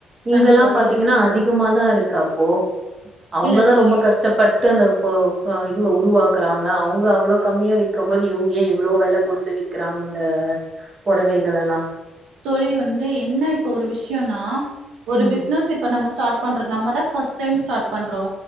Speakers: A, on the right; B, on the right.
A: இங்கெல்லாம்
B: கண்டிப்பா
A: பாத்தீங்கன்னா
B: தோழி
A: அதிகமாதான் இருக்கப்போ அவுங்கதா
B: இல்ல தோழி
A: ரொம்ப கஷ்டப் பட்டு அந்த இதுவ உருவாக்குறாங்க அவுங்க அவ்ளோ கம்மியா விக்க போது இவுங்க ஏ இவ்ளோ வெல குடுத்து விக்கிறாங்க இந்த பொடவைகளல்லா
B: தோழி வந்து என்ன இப்ப ஒரு விஷயன்னா ஒரு
A: ம்.
B: பிஸ்னஸ் இப்ப நம்ம ஸ்டார்ட் பண்றோ நம்ம தா ஃபஸ்ட் டைம் ஸ்டார்ட் பண்றோ